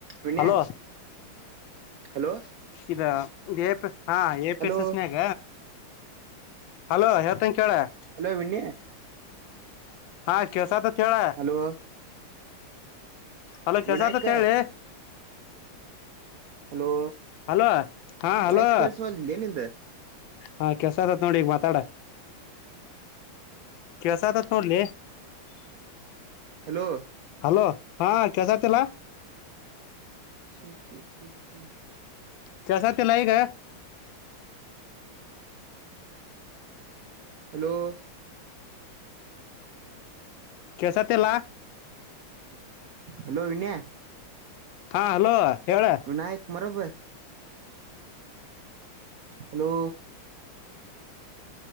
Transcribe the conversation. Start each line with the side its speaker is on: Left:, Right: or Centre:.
Right: ವಿನಯ
Left: hello
Right: hello
Left: ಇದ ಹಾ ಎ
Right: ಹಲೋ
Left: ಪಿ ಎಸ್ ಎಸ್ನಾಗ ಹಲೋ ಯೇತನ್ ಕೇಳ
Right: ಹಲೋ ವಿಣ
Left: ಹಾ ಕೆಸ ತ ಕೆಳ
Right: ಹಲೋ
Left: ಹಲೋ ಕೆಸ
Right: ವಿನಾಯಕ
Left: ಆತ ಕೇಳಿ
Right: ಹಲೋ
Left: ಹಲೋ ಹಾ ಹಲೋ
Right: ವಯಸ್ ಕೇಳಸಲ್ಲ ಏನಿಂದ
Left: ಹಾ ಕೆಸದತ್ ನೋಡಿ ಮಾತಾಡ ಕೆಲಸ ಆತತ್ ನೋಡ್ಲಿ
Right: ಹಲೋ
Left: ಹಲೋ ಹಾ ಕೆಸತಿಲ್ಲ
Right: <inaudible>
Left: ಕೆಸ ತಲಾ ಈಗ
Right: ಹಲೋ
Left: ಕಸ ತಲ್ಲಾ
Right: ಹಲೋ ವಿನಯ
Left: ಹಾ ಹಲೋ ಹೇಳ
Right: ವಿನಾಯಕ್ ಮರಬ್ ಹಲೋ